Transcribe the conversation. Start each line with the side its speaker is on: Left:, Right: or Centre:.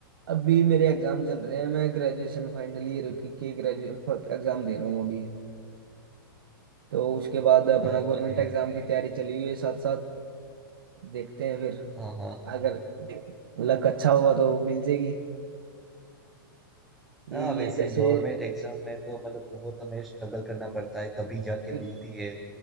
Right: अभी मेरे एग्जाम चल रहे हैं मैं ग्रेजुएशन फाइनल ईयर की के ग्रेजुएट एग्जाम दे रहा हूँ अभी तो उसके बाद अपना
Centre: ओके
Right: गवर्नमेंट एग्जाम की तैयारी चली हुई है साथ साथ देखते हैं फिर
Centre: हाँ हाँ
Right: अगर लक अच्छा होगा तो मिल जाएगी ये
Centre: हाँ वैसे
Right: ये जैसे
Centre: गवर्नमेंट एग्जाम में तो मतलब बहुत हमें स्ट्रगल करना पड़ता है तभी जाके
Right: बिल्कुल
Centre: मिलती है